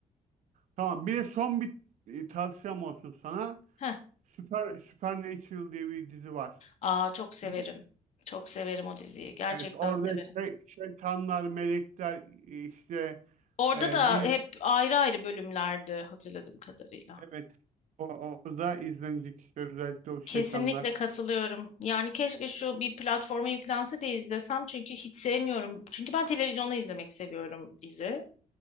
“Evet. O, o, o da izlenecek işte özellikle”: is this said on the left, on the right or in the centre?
Right